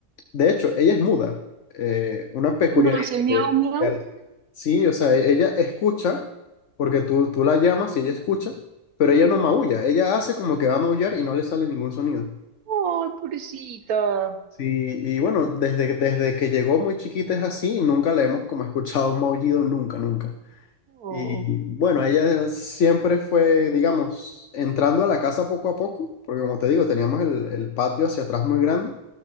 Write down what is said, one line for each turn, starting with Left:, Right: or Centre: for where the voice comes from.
Left: de hecho, ella es muda. Eh, una peculiaridad
Right: Oh, no, hace miau,
Left: de,
Right: miau.
Left: de Alaska. Sí, o sea, e- ella escucha, porque tú, tú la llamas y ella escucha, pero ella no maulla. Ella hace como que va a maullar y no le sale ningún sonido.
Right: Oh, pobrecita.
Left: Sí, y bueno, desde, desde que llegó muy chiquita es así y nunca le hemos como escuchado un maullido, nunca, nunca.
Right: Oh,
Left: Y bueno, ella siempre fue, digamos, entrando a la casa poco a poco, porque como te digo, teníamos el, el patio hacia atrás muy grande.